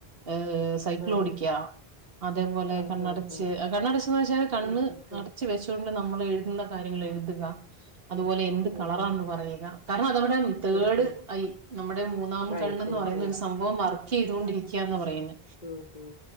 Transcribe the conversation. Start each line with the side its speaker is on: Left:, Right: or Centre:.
Right: ഏഹ് സൈക്കിളോടിക്ക
Left: ആഹ്
Right: അതേപോലെ
Left: ആഹ്
Right: കണ്ണടച്ച്
Left: ആഹ്
Right: കണ്ണടച്ച്ന്നെച്ചാൽ കണ്ണ്
Left: ഉം ഉം
Right: അടച്ച്
Left: ഉം
Right: ത്തി വെശൊണ്ട് നമ്മളെഴുതുന്ന കാര്യങ്ങളെഴുത്ക അതുപോലെ
Left: ഉം
Right: എന്ത്‌ കളറാന്ന്
Left: ഉം ഉം
Right: പറയ്ക കാരണതവടെ തേഡ്
Left: ഉം ഉം
Right: ഐ നമ്മടെ മൂന്നാം
Left: ആയി
Right: കണ്ണ്ന്ന്
Left: ഉം
Right: പറയുന്നരു
Left: ഉം
Right: സം ഭവം വർക്കെയ്തോണ്ടിരിക്കാന്ന പറയുന്നെ.
Left: ഉം ഉം